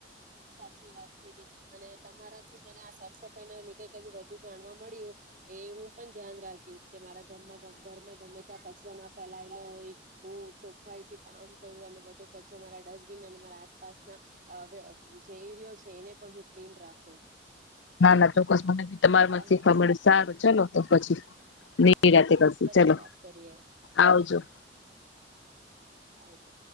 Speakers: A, on the right; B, on the left.
A: સાચી વાત કીધી. અને તમારાથી મને આ સાફ સફાઈ ના લીધે કંઈ વધુ જાણવા મળ્યું એ હું પણ ધ્યાન રાખીશ કે, મારા ઘરમાં ગમે ત્યાં કચરો ના ફેલાયેલો હોય, હું ચોખવાઈથી કામ કરું અને બધો કચરો મારા ડસ્ટબિન અને મારા આસપાસના જઈ રહ્યો છે, એને પણ હું ક્લીન રાખું.
B: ના ના ચોક્કસ. મને ભી તમારામાંથી
A: ચાલો
B: શીખવા મળે. સારું ચલો તો પછી નિરાતે
A: હા
B: કરશું.
A: પછી
B: ચલો.
A: વાત કરીએ
B: આવજો.
A: હા આવજો.